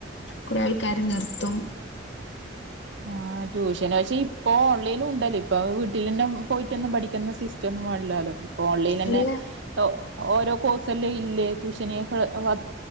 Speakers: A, on the left; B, on the right.
A: കൊറെ ആൾ ക്കാര് നിർത്തും
B: ആ ട്യൂഷന് പക്ഷെ ഇപ്പൊ ഓൺലൈനും ഉണ്ടല്ലേ ഇപ്പ വീട്ടിലന്നെ പോയിട്ടൊന്നും പഠിക്കുന്ന സീസ് മറ്റൊന്നും പാടില്ലാലോ ഇപ്പോ ഓൺലൈൻ തന്നെ
A: അല്ല
B: ഒ ഓരോ കോഴ്സല്ലാം ഇല്ലേ ട്യൂഷന് വ